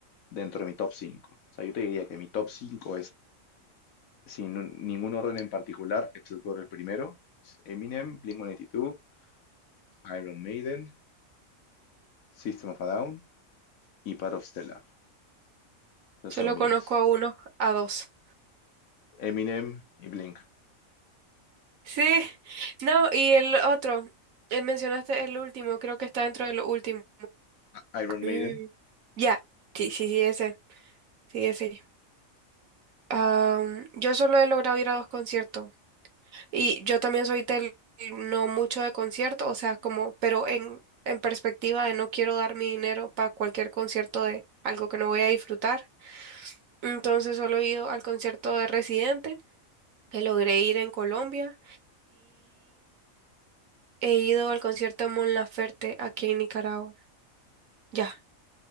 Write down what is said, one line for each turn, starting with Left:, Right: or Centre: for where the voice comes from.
Left: dentro de mi top 5. O sea, yo te diría que mi top 5 es, sin un- ningún orden en particular, excepto por el primero, es Eminem, Blink-182, Iron Maiden, System of a Down y Part of Stellar. Esos
Right: Solo
Left: son mis
Right: conozco a uno, a dos.
Left: Eminem y Blink,
Right: Sí, no, y el otro, eh, mencionaste el último, creo que está dentro de lo último.
Left: Iron
Right: Mm,
Left: Maiden.
Right: Ya, Sí, sí, sí, ese, sí, ese. Am, yo solo he logrado ir a dos conciertos y yo también soy del no mucho de concierto, o sea, como, pero en, en perspectiva de no quiero dar mi dinero para cualquier concierto de algo que no voy a disfrutar. Entonces solo he ido al concierto de Residente, que logré ir en Colombia He ido al concierto de Mon Laferte aquí en Nicaragua. Ya.